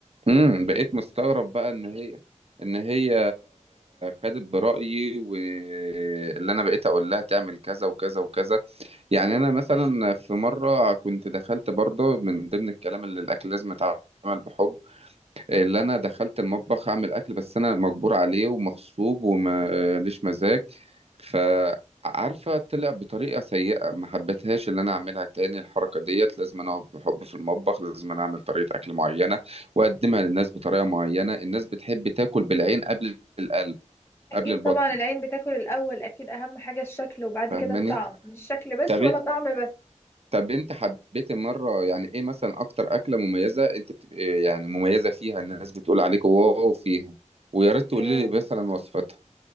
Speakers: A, on the right; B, on the left.
A: امم بقيت مستغرب بقى ان هي ان هي خدت برأيي واللي انا بقيت اقول لها تعمل كذا وكذا وكذا يعني
B: مم.
A: انا مثلا في مره كنت دخلت برضه من ضمن الكلام اللي الاكل لازم يتعمل بحب اللي انا دخلت المطبخ اعمل اكل بس انا مجبور عليه ومغصوب ومليش مزاج فعارفه طلع بطريقه سيئه ما حبيتهاش اللي انا اعملها تاني الحركه ديت لازم انا اقف بحب في المطبخ لازم انا اعمل طريقه اكل معينه واقدمها للناس بطريقه معينه الناس بتحب تاكل بالعين قبل القلب
B: اكيد
A: قبل البطن
B: طبعا العين بتاكل الاول اكيد اهم حاجة الشكل وبعد
A: فاهماني
B: كده الطعم مش شكل بس
A: طب
B: ولا طعم بس
A: طب انت حبيت مرة يعني ايه مثلا اكتر اكلة مميزة انت بتبقى يعني مميزة فيها الناس بتقول عليك واو فيها ويا ريت تقول
B: آه،
A: لي مثلا وصفتها